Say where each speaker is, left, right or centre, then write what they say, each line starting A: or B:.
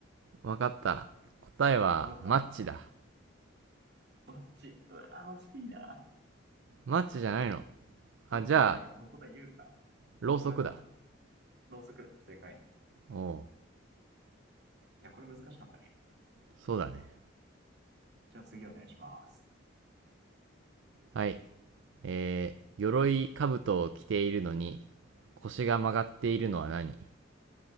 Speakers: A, on the right; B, on the right.
A: わかった。答えは、
B: わかった
A: マッチだ。
B: バッチ。うわぁ、惜しいな
A: マッチじゃないの。
B: バッチじゃない。
A: あ、じゃあ、
B: もう答え言うか。
A: ろうそくだ。
B: お、わかったろうそく。正解。
A: おう、
B: いや、これ難しかったね。
A: そうだね。
B: じゃあ次お願いします。
A: はい。えー、鎧兜を着ているのに、腰が曲がっているのは何